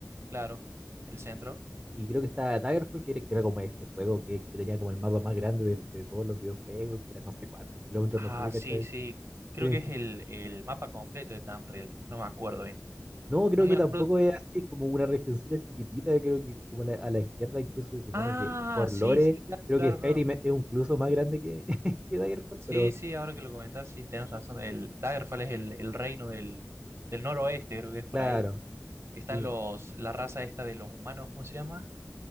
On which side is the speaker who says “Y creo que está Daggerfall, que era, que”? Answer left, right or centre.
Right